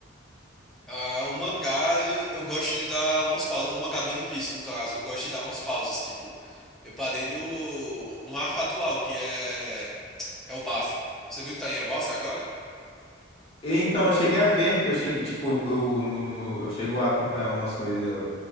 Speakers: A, in the centre; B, on the left.
A: Ah, o mangá, eu, eu gosto de dar umas pausas. O mangá do One Piece, no caso. Eu gosto de dar umas pausas. Tipo, eu parei no, no arco atual, que é, é o Elbaf. Você viu que tá em Elbaf agora?
B: Então, eu cheguei a ver, eu cheguei, tipo, eu, no, no- eu chego a acompanhar algumas coisas